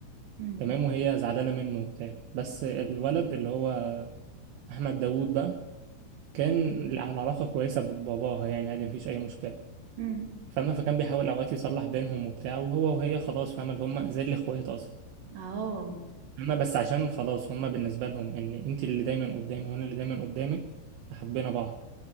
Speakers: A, on the right; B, on the right.
A: مم.
B: تمام وهي زعلانه منه وبتاع بس الولد اللي هو احمد داوود بقى كان على علاقه كويسه بباباها يعني عادي مفيش اي مشكله
A: امم
B: فاهمة فكان بيحاول اوقات يصلح بينهم وبتاع وهو وهي خلاص فاهمة اللي هم زي الاخوات اصلا
A: اه
B: اما بس عشان خلاص هما بالنسبة لهم ان انت اللي دايما قدامي وانا اللي دايما قدامك فحبينا بعض